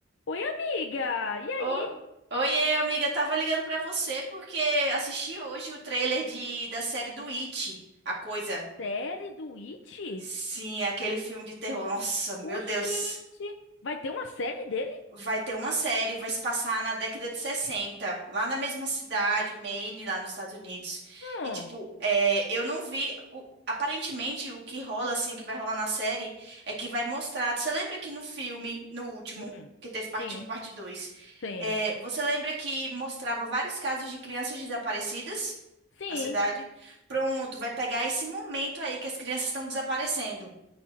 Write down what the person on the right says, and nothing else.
Ô- Oiê, amiga, tava ligando pra você porque assisti hoje o trailer de, da série do It, A Coisa.
Sim, aquele filme de terror. Nossa, meu
Deus
vai ter uma série, vai se passar na década de 60 lá na mesma cidade, Maine, lá nos Estados Unidos.
E, tipo, é, eu não vi. o- aparentemente, o que rola, assim, o que vai rolar na série é que vai mostrar. Você lembra que no filme, no último.
Que teve parte
um parte dois
é, você lembra que mostrava vários casos de crianças desaparecidas
na cidade? Pronto, vai pegar esse momento aí que as crianças estão desaparecendo,